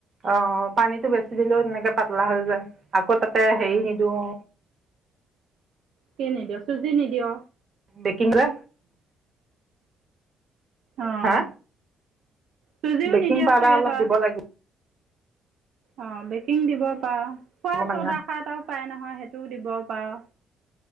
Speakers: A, on the right (about 40°); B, on the right (about 70°).
A: অ', অ', পানীটো বেছি দিলেও তেনেকে পাতলা হৈ যায়, আকৌ তাতে
B: উম
A: হেৰি দিলওঁ
B: কি নিদিয়, চুজি নিদিয়?
A: বেকিং ছ'ডা
B: অঁ,
A: হা
B: চুজিও
A: বেকিং
B: নিদিয়া
A: পাউদাৰ
B: চাগে
A: অলপ
B: তই?
A: দিব লাগিব
B: অ, বেকিং দিব পাৰ। খোৱা
A: মানে
B: ছ'ডা
A: হা
B: খাৰ এটাও পায় নহয়, সেইটোও দিব পাৰ।